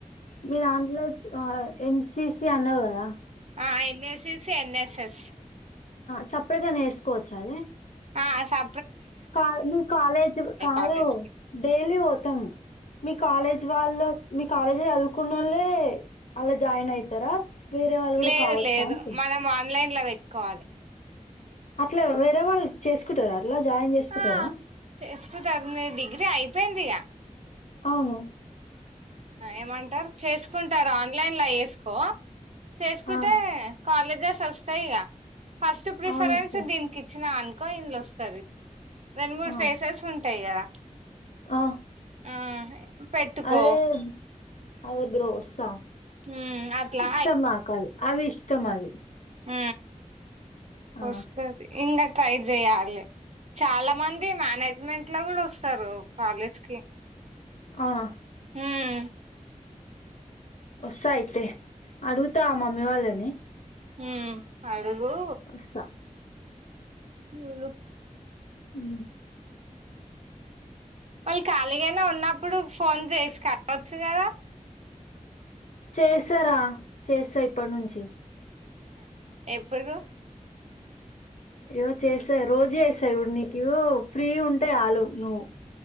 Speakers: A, on the left; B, on the right.
A: మీ దాంట్లో ఆ ఎన్సిసి అన్నావు కదా
B: ఆ ఎన్ఎసిసి ఎన్ఎస్ఎస్
A: సపరేట్గా నేర్చుకోవచ్చ అది
B: ఆ సా
A: కా మీ కాలేజ్ కాదు
B: కాలేజ్ కి
A: డైలీ పోతాం మీ కాలేజ్ వాళ్ళు మీ కాలేజ్ వెళ్లుకున్న వాళ్ళ అలా జాయిన్ అయితారా వేరే వాళ్ళు కూడా
B: లేదు
A: కావచ్చా
B: లేదు
A: అంటున్న
B: మనం ఆన్లైన్ లో పెట్టుకోవాలి
A: అట్లా వేరే వాళ్ళు చేసుకుంటారా అట్లా జాయిన్ చేసుకుంటారా
B: ఆ చేసుకుంటారు డిగ్రీ అయిపోయిందిగా
A: అవును
B: ఏమంటారు చేసుకుంటారు ఆన్లైన్ లో చేసుకో చేసుకుంటే
A: ఆ
B: కాలేజెస్ వస్తాయి ఫస్ట్ ప్రిఫరెన్స్
A: అవును వస్తాయి
B: దీనికిచ్చిన కా ఇంలు వస్తది రెండు మూడు
A: ఆ
B: ఫెసెస్ ఉంటాయి కదా
A: ఆ
B: ఆ పెట్టుకో
A: అదే అదే బ్రో వస్తా
B: ఉమ్ అట్లా
A: ఇష్టం నాకవి అవి ఇష్టం అవి
B: హ
A: ఆ
B: వస్తది ఇంకా ట్రై చేయాలి చాలా మంది మేనేజ్మెంట్ల కూడా వస్తారు కాలేజ్ కి
A: అవునా
B: ఉమ్
A: వస్తా అయితే అడుగుతా మమ్మీ వాళ్ళని
B: హు అడుగు
A: వస్తా
B: లులు
A: ఉ
B: వాళ్ళు కాలిగే ఉన్నప్పుడు ఫోన్ చేసి కావచ్చు కదా
A: చేస్తారా చేస్తా ఇప్పటి నుంచి
B: ఎప్పుడు
A: ఏవో చేస్తా రోజు చేస్తా చూడు నీకు వో ఫ్రీగా ఉంటే చాలు నువ్వు